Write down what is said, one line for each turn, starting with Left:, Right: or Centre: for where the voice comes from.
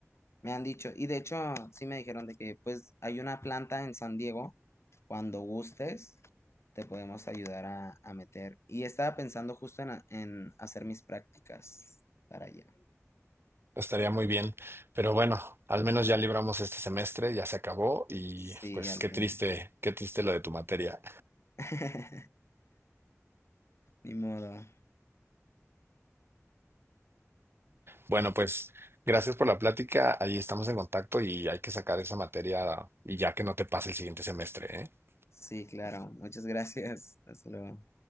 Left: Me han dicho, y de hecho sí me dijeron de que pues hay una planta en San Diego, cuando gustes, te podemos ayudar a, a meter. Y estaba pensando justo en, a- en hacer mis prácticas para allá.
Right: estaría muy bien. Pero bueno, al menos ya libramos este semestre, ya se acabó y
Left: Sí,
Right: pues
Left: al
Right: qué
Left: fin.
Right: triste, qué triste lo de tu materia.
Left: <laughs> Ni modo.
Right: Bueno, pues gracias por la plática, ahí estamos en contacto y hay que sacar esa materia y ya que no te pase el siguiente semestre, ¿eh?
Left: Sí, claro. Muchas gracias. Hasta luego.